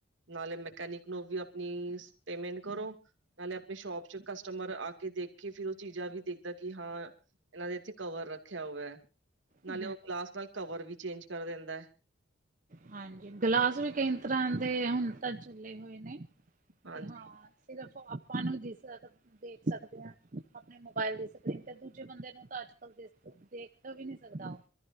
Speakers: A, on the right (about 70°); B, on the right (about 40°).
A: ਨਾਲੇ ਮੈਕੈਨਿਕ ਨੂੰ ਵੀ ਅਪਣੀ ਸ ਪੇਮੈਂਟ ਕਰੋ। ਨਾਲੇ ਅਪਣੀ ਸ਼ੋਪ ਚ ਕਸਟਮਰ ਆ ਕੇ ਦੇਖ ਕੇ ਫਿਰ ਓਹ ਚੀਜ਼ਾਂ ਵੀ ਦੇਖਦਾ ਕਿ ਹਾਂ ਇਹਨਾਂ ਦੇ ਇਥੇ ਕਵਰ ਰੱਖਿਆ ਹੋਯੈ, ਨਾਲੇ
B: ਹਮ
A: ਓਹ ਗਲਾਸ ਨਾਲ ਕਵਰ ਵੀ ਚੇਂਜ ਕਰ ਦਿੰਦਾ
B: ਹਾਂਜੀ, ਗਲਾਸ ਵੀ ਕਈ ਤਰ੍ਹਾਂ ਦੇ ਹੁਣ ਤਾ ਚੱਲੇ ਹੋਏ ਨੇ।
A: ਹਾਂਜੀ
B: ਤੇ ਹਾਂ ਸਿਰਫ਼ ਆਪਾਂ ਨੂੰ ਦਿਸ ਰੈ ਤੇ ਦੇਖ ਸਕਦੇ ਆਂ। ਆਪਣੇ ਮੋਬਾਇਲ ਦੀ ਸਕਰੀਨ ਤੇ ਦੂਜੇ ਬੰਦੇ ਨੂੰ ਤਾਂ ਅੱਜ ਕਲ ਦਿਸਦਾ ਦੇਖ ਵੀ ਨੀ ਸਕਦਾ ਓਹ।